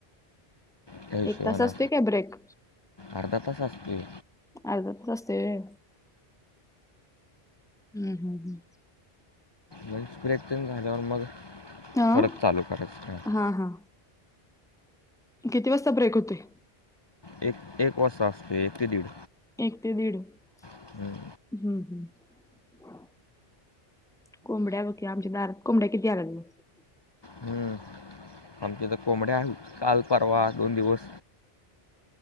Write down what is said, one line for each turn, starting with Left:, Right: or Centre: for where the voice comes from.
Left: त्या हिशोबानं
Centre: एक तास असतोय काय ब्रेक?
Left: अर्धा तास असतोय
Centre: अर्धा तास असतोय होय हम्म हम्म हम्म.
Left: लंच ब्रेक तेन झाल्यावर मग
Centre: हां
Left: परत चालू करायचं हां.
Centre: हा हा किती वाजता ब्रेक होतोय?
Left: एक एक वाजता असतोय एक ते दीड.
Centre: एक ते दीड हम्म
Left: हं,
Centre: हम्म. कोंबड्या बघ की आमच्या दारात कोंबड्या किती आल्यात बघ.
Left: हम्म आमच्या तर कोंबड्या आहेल काल परवा दोन दिवस.